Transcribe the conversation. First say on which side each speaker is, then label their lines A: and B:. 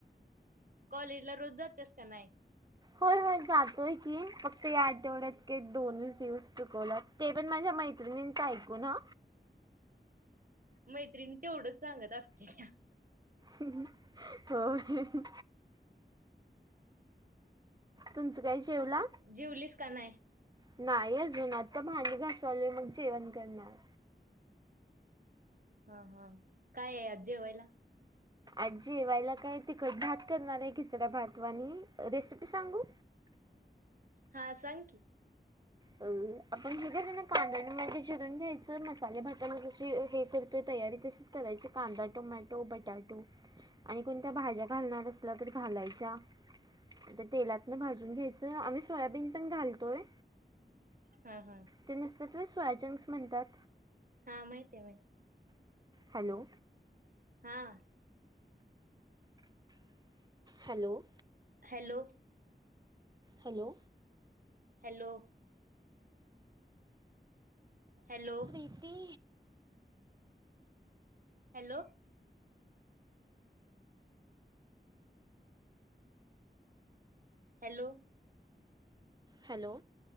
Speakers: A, on the right; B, on the right.
A: कॉलेज ला रोज जातेस का नाही?
B: होय होय जातोय की. फक्त या आठवड्यात एक, दोनच दिवस चुकवल्यात. ते पण माझ्या मैत्रिणीचं ऐकून हा.
A: मैत्रिणी तेवढंच सांगत असत्यात्या..
B: हम हो. तुमचं काय जेवला
A: जीवलीस का नाही?
B: नाही अजून आता भांडी घासालोय मग जेवण करणार.
A: हा हा काय आहे. आज जेवायला?
B: आज जेवायला काय तिखट भात करणार आहे. खिचडा भात वानी रेसिपी सांगू?
A: हा सांग की.
B: अ आपण हे ना. कांदा आणि मिरची चिर रून घ्यायच. मसाले भाताला जशी हे करतोय तयारी तशीच करायची. कांदा, टोमॅटो, बटाटू आणि कोणत्या भाज्या घालणार अस ला तर घालायच्या तर त्या तेलातनं भाजून घ्यायचं. आम्ही सोयाबीन पण घालतोय.
A: हा हा.
B: ते नसतात होय त्याला सोयाजंक्स म्हणतात.
A: हा माहित आहे माहिती.
B: हॅलो.
A: हां.
B: Hello.
A: Hello.
B: Hello.
A: Hello. Hello.
B: किती?
A: हॅलो. Hello, -
B: hello.